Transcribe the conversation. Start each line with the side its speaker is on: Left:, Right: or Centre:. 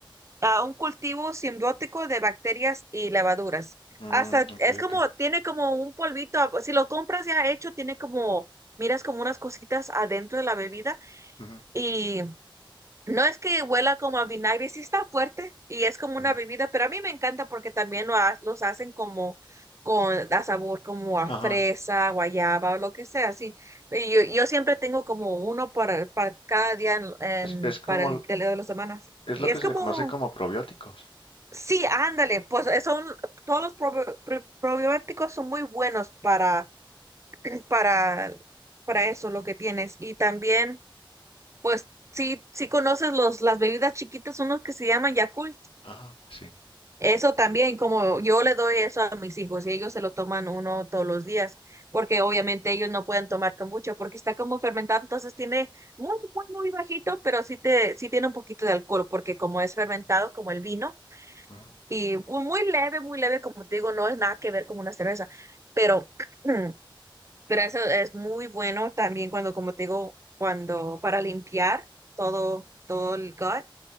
Right: a un cultivo simbiótico de bacterias y levaduras.
Left: Mm,
Right: Hasta
Left: ok,
Right: es como,
Left: ok.
Right: tiene como un polvito, a- si lo compras ya hecho, tiene como, miras como unas cositas adentro de la bebida
Left: Ujú,
Right: y no es que huela como a vinagre, sí está fuerte y es como
Left: ujú.
Right: una bebida, pero a mí me encanta porque también lo ha- los hacen como con a sabor como a
Left: Ajá.
Right: fresa, guayaba o lo que sea, así. Y Yo, yo siempre tengo como uno para, para cada día en, en-
Left: Es, es como,
Right: para el de la semana.
Left: es
Right: Y
Left: lo que
Right: es
Left: se
Right: como
Left: le conoce como probióticos.
Right: Sí, ándale, pues eh, son todos los probi- pro- probióticos son muy buenos para para para eso lo que tienes y también pues sí sí conoces los las bebidas chiquitas unos que se llaman Yakult.
Left: Ajá, sí.
Right: Eso también como yo le doy eso a mis hijos y ellos se lo toman uno todos los días porque obviamente ellos no pueden tomar kombucha porque está como fermentado, entonces tiene muy muy muy bajito, pero sí te sí tiene un poquito de alcohol porque como es fermentado como el vino
Left: Ujú,
Right: Y mu- muy leve, muy leve, como te digo, no es nada que ver con una cerveza, pero, <clears throat> pero eso es muy bueno también cuando, como te digo, cuando para limpiar todo, todo el gut.